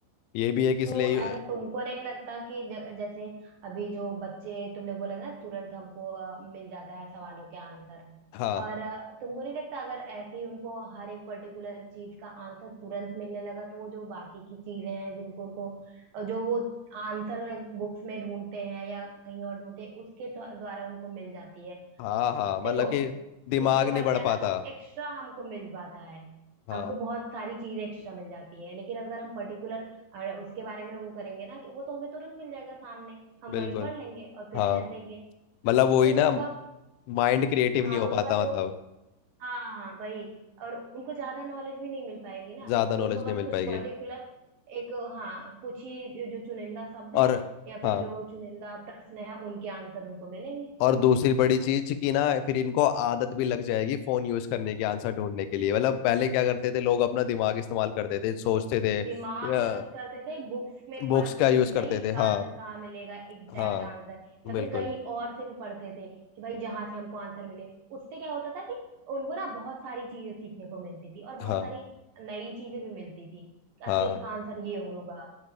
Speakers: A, on the left; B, on the right.
A: ये भी है कि इसलिए
B: तो अरे
A: अ,
B: तुमको नहीं लगता कि ज, जैसे अभी जो बच्चे तुमने बोला ना तुरंत हमको अ, मिल जाता है सवालों के आंसर
A: हाँ
B: और अ, तुमको नहीं लगता अगर ऐसे ही उनको हर एक पर्टिकुलर चीज का आंसर तुरंत मिलने लगा तो वो जो बाकी की चीजें हैं जिनको उनको अ, जो वो आंसर बुक्स में ढूंढते हैं या कहीं और ढूंढते हैं उसके द्व- द्वारा उनको मिल जाती है
A: हाँ हाँ मतलब
B: देखो
A: कि दिमाग
B: बुक से
A: नहीं
B: पढ़ते
A: बढ़
B: हैं ना
A: पाता
B: तो एक्स्ट्रा हमको मिल पाता है
A: हाँ
B: हमको बहुत सारी चीज एक्स्ट्रा मिल जाती है लेकिन अगर हम पर्टिकुलर उसके बारे में वो करेंगे ना कि वो तो हमें तुरंत मिल जाएगा सामने हम
A: बिल्कुल
B: वही पढ़ लेंगे और फिर
A: हाँ
B: रहन देंगे
A: मतलब
B: इससे
A: वही
B: तो
A: ना
B: उनका
A: माइंड क्रिएटिव
B: हाँ
A: नहीं हो
B: उनका
A: पाता
B: जो
A: मतलब
B: हाँ हाँ वही और उनको ज्यादा नॉलेज भी नहीं मिल पाएगी ना
A: ज़्यादा नॉलेज
B: उनको बस
A: नहीं मिल
B: कुछ
A: पाएगी
B: पर्टिकुलर एक हाँ कुछ ही जो चुनिंदा शब्द
A: और
B: है या
A: हाँ
B: फिर जो चुनिंदा प्रश्न है उनके आंसर उनको मिलेंगे
A: और दूसरी बड़ी चीज कि ना फिर इनको आदत भी लग जाएगी फोन यूज करने की आंसर ढूंढने के लिए मतलब पहले क्या करते थे लोग अपना दिमाग इस्तेमाल करते थे सोचते थे
B: दिमाग
A: या
B: यूज करते थे बुक्स में
A: बुक्स
B: पढ़ते
A: का यूज
B: थे कि
A: करते
B: भाई इसका
A: थे
B: आंसर
A: हाँ
B: कहाँ मिलेगा एग्जैक्ट
A: हाँ
B: आंसर या
A: बिल्कुल
B: फिर कहीं और से भी पढ़ते थे कि भाई जहां से हमको आंसर मिले उससे क्या होता था कि उनको ना बहुत सारी चीजें सीखने को मिलती थी और
A: हाँ
B: बहुत सारी नई चीजें भी मिलती थी अच्छा
A: हाँ
B: इसका आंसर ये होगा